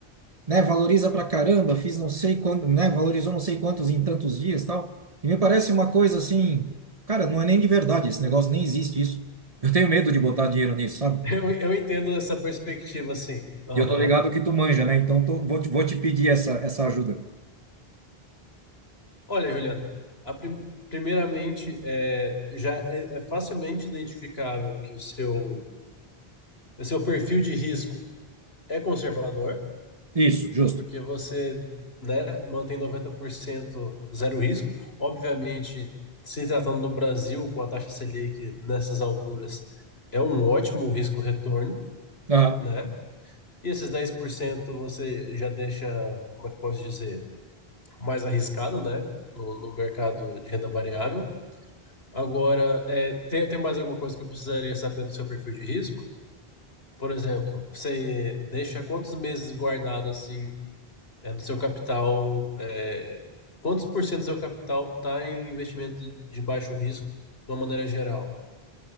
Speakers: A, on the right (about 35°); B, on the left (about 80°).
A: né? Valoriza pra caramba, fiz não sei quanto, né? Valorizou não sei quantos em tantos dias, tal. E me parece uma coisa assim, cara, não é nem de verdade esse negócio, nem existe isso. Eu tenho medo de botar dinheiro nisso, sabe?
B: Eu, eu entendo essa perspectiva, sim. Aham.
A: E eu tô ligado que tu manja, né? Então tô- vou te, vou te pedir essa, essa ajuda.
B: Olha, Juliano, a prim- primeiramente, é, já é, é facilmente identificável que o seu, o seu perfil de risco é conservador.
A: Isso, justo.
B: porque você, né, mantém 90% zero risco. Obviamente, se tratando do Brasil, com a taxa Selic nessas alturas, é um ótimo risco-retorno,
A: Ah,
B: né? E esses 10% você já deixa, como é que eu posso dizer, mais arriscado, né? No, no mercado de renda variável. Agora, é, tem, tem mais alguma coisa que eu precisaria saber do seu perfil de risco? Por exemplo, você deixa quantos meses guardado assim é, do seu capital, é, quantos por cento do seu capital está em investimento de baixo risco, de uma maneira geral?